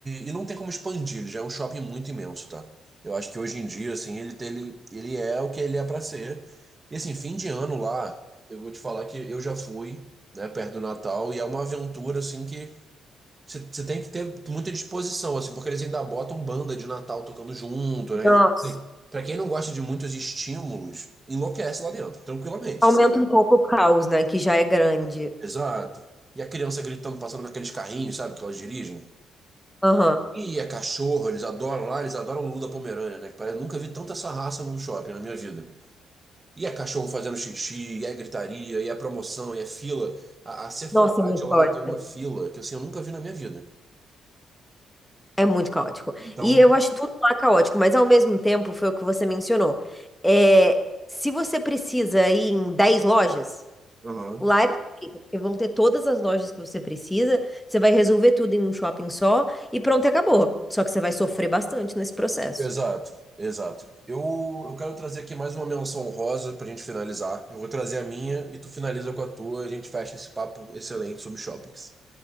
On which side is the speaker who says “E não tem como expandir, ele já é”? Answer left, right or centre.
Right